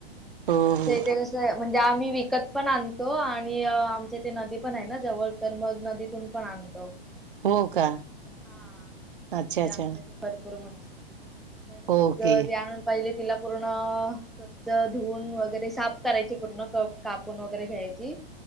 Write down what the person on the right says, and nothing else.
हो
हो
हो का
अच्छा अच्छा
ओके